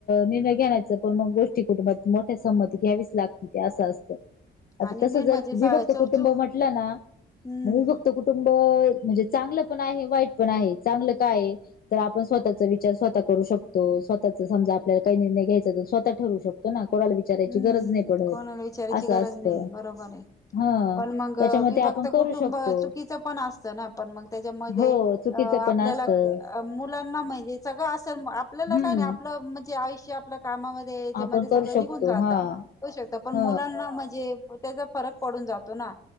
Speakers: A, on the left; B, on the left.
A: निर्णय घेण्या पण मग गोष्टी कुटुंबात मोठ्या संमती घ्यावीच लागते ते असं असतं असं
B: आणि मेन
A: तस जर
B: म्हणजे
A: विभक्त
B: चौचू
A: कुटुंब म्हटलं ना
B: हम्म
A: म विभक्त कुटुंब म्हणजे चांगलं पण आहे वाईट पण आहे चांगलं काय तर आपण स्वतः विचार स्वतः करू शकत स्वतः समजा आपल्याला काही निर्णय घ्यायचा स्वतः ठरू शकतो ना कोणाला विचारायची
B: हम्म
A: गरज नाही पडत
B: कोणाला विचारायची
A: असं
B: गरज
A: असतं
B: नाही बरोबर आहे
A: हा
B: पण मग
A: त्याच्यामुळे
B: विभक्त
A: ते आपण करू
B: कुटुंब
A: शकतो
B: चुकीचं पण असतं ना पण मग त्याच्यामध्ये
A: हो चुकीचं
B: आपल्याला
A: पण असतं.
B: मुलांना म्हहिजे सगळं असल आपल्याला
A: हम्म.
B: काय नाही आपलं म्हणजे आयुष्य आपल्या कामामध्ये जमध्ये
A: आपण
B: सगळं
A: करू शकतो
B: निघून जातात
A: हा
B: होऊ शकत पण
A: ह
B: मुलांना म्हणजे त्याचा फरक पडून जातो ना